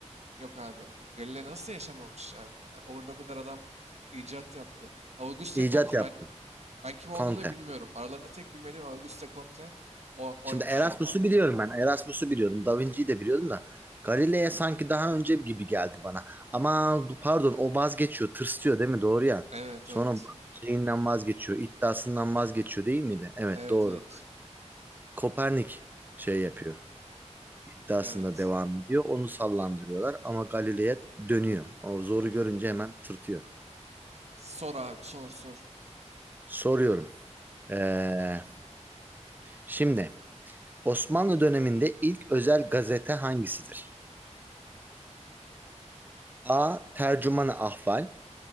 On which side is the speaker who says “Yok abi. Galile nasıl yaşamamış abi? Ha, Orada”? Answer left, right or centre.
Right